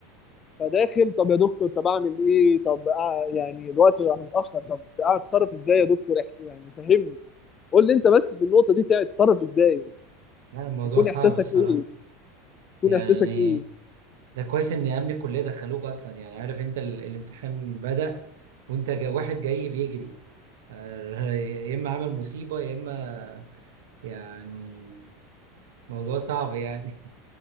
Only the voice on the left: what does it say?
فداخل طب يا دكتور طب اعمل ايه طب آه يعني الوقت انا متاخر طب اتصرف ازاي يا دكتور إح- يعني فهمني قول لي انت بس في النقطه دي تتصرف ازاي
يكون
احساسك
ايه يكون
احساسك ايه